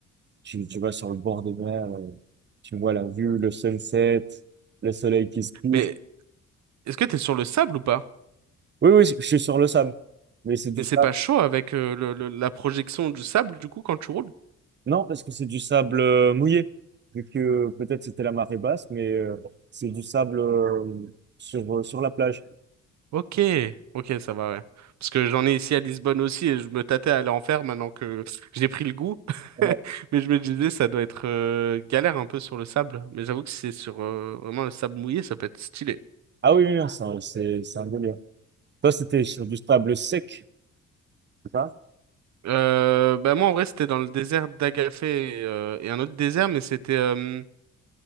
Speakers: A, on the right (about 35°); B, on the right (about 65°).
A: Tu, tu vas sur le bord de mer, euh, tu vois la vue, le sunset, le soleil qui se couche.
B: Mais est-ce que t'es sur le sable ou pas?
A: Oui, oui, je suis sur le sable. Mais c'est du
B: Mais
A: sable.
B: c'est pas chaud avec euh, le- le- la projection du sable, du coup, quand tu roules?
A: Non, parce que c'est du sable euh, mouillé. Vu que euh, peut-être c'était la marée basse, mais euh, c'est du sable euh, sur, euh, sur la plage.
B: Ok, ok, ça va, ouais. Parce que j'en ai ici à Lisbonne aussi et je me tâtais à aller en faire maintenant que j'ai pris le goût.
A: Ouais.
B: <laughs> Mais je me disais, ça doit être euh, galère un peu sur le sable. Mais j'avoue que si c'est sur euh, vraiment le sable mouillé, ça peut être stylé.
A: Ah oui, oui, non, c'est un c'est- c'est un délire. Toi, c'était sur du sable sec, c'est ça?
B: Euh, bah moi, en vrai, c'était dans le désert d'Agafé et, euh, et un autre désert, mais c'était euh,